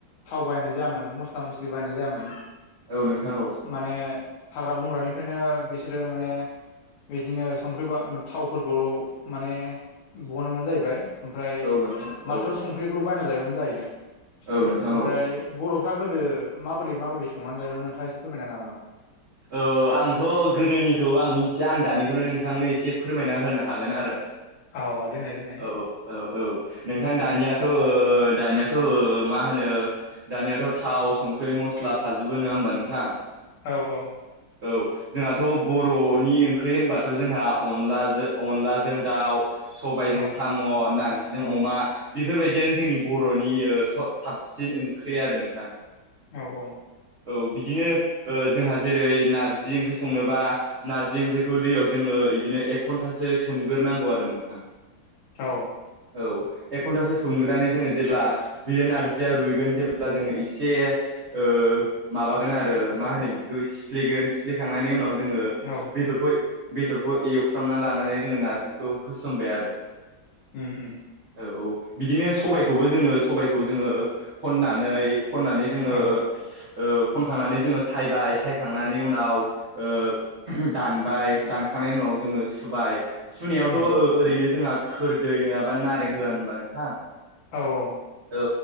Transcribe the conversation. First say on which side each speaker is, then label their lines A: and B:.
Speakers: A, on the left (about 90°); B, on the right (about 55°).
A: थाव बाहायनाय जायामोन मस्ला मस्लि बाहायनाय जायामोन।
B: औ नोंथां औ
A: माने हाग्रा बंग्रानिफ्रायनो बिसोरो माने बिदिनो संख्रि बा थावफोरखौ माने बहनो मोन जाहैबाय। ओमफ्राय
B: औ नोंथां औ
A: माथ्र संख्रिखौल' बायना जायोमोन जाहैदों
B: औ नोंथां
A: ओमफ्राय
B: औ
A: बर' फ्रा गोदो माबोरै माबोरै संनानै जायोमोन नोंथाङा एसे फोरमायना हागोन नामा?
B: औ आंथ' गोदोनिखौ आं मिथिया आं दानिखौनो नोंथांनो एसे फोरमायना होनो हागोन आरो
A: अ दोननाय दोननाय
B: औ औ औ नोंथां दानियाथ' ओ दानियाथ' ओ मा होनो दानियाथ' थाव, संख्रि, मस्ला थाजोबो नङा ओमबा नोंथां?
A: औ औ
B: औ जोंहाथ' बर'नि ओंख्रि होनबाथ' जोंहा अनलाजों अनलाजों दाउ, सबायजों
A: औ
B: साम', नारजिजों
A: औ
B: अमा बेफोरबायदियानो जोंनि बर'नि साबसिन ओंख्रि आरो नोंथां।
A: औ औ
B: औ बिदिनो ओ जोंहा जेरै नारजि ओंख्रि संनोबा नारजि ओंख्रिखौ दै जोङो बिदिनो एक घन्टासो सो मग्रोनांगौ आरो नोंथां।
A: औ
B: औ एक घन्टासो सोमग्रोनानै जोङो जेब्ला बियो नारजिया रुयगोन जेब्ला जोङो एसे ओ माबागोन आरो मा होनो बिदि बे सिफ्लेगोन सिफ्लेखांनायनि उनाव जोङो
A: औ
B: बेदरखौ बेदरखौ एवफ्रामना लानानै जोङो नारजिखौ होसनबाय आरो
A: उम उम
B: औ औ बिदिनो सबायखौबो जोङो सबायखौ जोङो खननानै खननानै जोङो
A: औ
B: ओ खनखांनानै जोङो सायबाय सायखांनायनि उनाव ओ दानबाय दानखांनायनि उनाव जोङो सुबाय सुनायावथ'
A: उम
B: ओरैनो जोंहा खोरदै नङाबा नारें होआ होनबा नोंथां?
A: औ औ।
B: औ